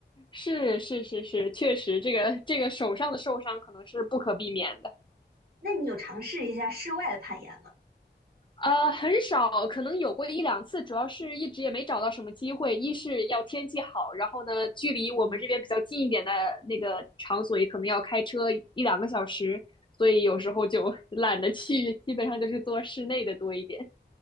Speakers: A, on the left (about 25°); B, on the right (about 55°).
A: 是是是是，确实这个这个手上的受伤可能是不可避免的。
B: 那你有尝试一下室外的攀岩吗？
A: 呃，很少，可能有过一两次，主要是一直也没找到什么机会。一是要天气好，然后呢，距离我们这边比较近一点的那个场所，
B: 嗯，
A: 也可能要开车一两个小时，所以有时候就 <laughs> 懒得去，基本上就是做室内的多一点。